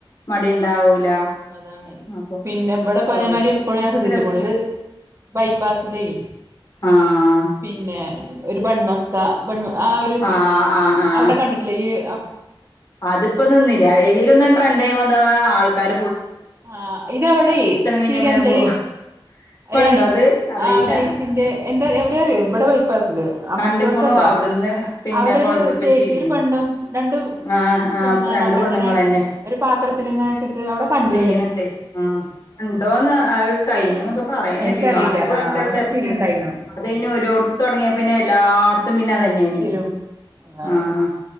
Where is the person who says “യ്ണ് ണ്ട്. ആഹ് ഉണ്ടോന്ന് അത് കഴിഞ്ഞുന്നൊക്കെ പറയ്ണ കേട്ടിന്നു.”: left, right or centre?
Left